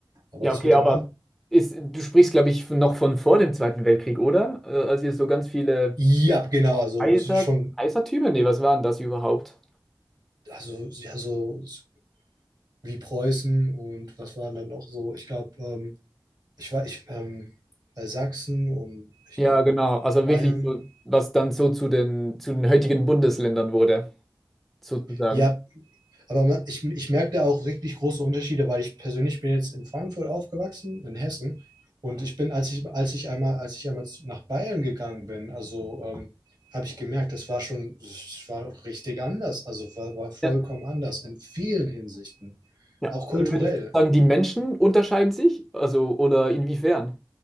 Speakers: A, on the right; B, in the centre.
A: Aber
B: Ja,
A: das
B: okay,
A: mit
B: aber
A: dem Amt,
B: ist, du sprichst, glaube ich, noch von vor dem Zweiten Weltkrieg, oder? Äh, als ihr so ganz viele
A: ja, genau, also
B: Kaiser,
A: schon
B: Kaisertümer? Nee, was waren das überhaupt?
A: also ja, so so wie Preußen und was waren dann auch so, ich glaube, ähm, ich war, ich, ähm, äh, Sachsen und ich
B: Ja,
A: glaube
B: genau. Also
A: Bayern.
B: wirklich so, was dann so zu den, zu den heutigen Bundesländern wurde, sozusagen.
A: Ja, aber ma- ich, ich merke da auch richtig große Unterschiede, weil ich persönlich bin jetzt in Frankfurt aufgewachsen, in Hessen. Und ich bin, als ich, als ich einmal, als ich einmal zu- nach Bayern gegangen bin, also ähm, habe ich gemerkt, das war schon, das war auch richtig anders. Also war, war vollkommen
B: Ja.
A: anders in vielen Hinsichten.
B: Ja.
A: Auch kulturell.
B: Also würdest du sagen, die Menschen unterscheiden sich? Also, oder inwiefern?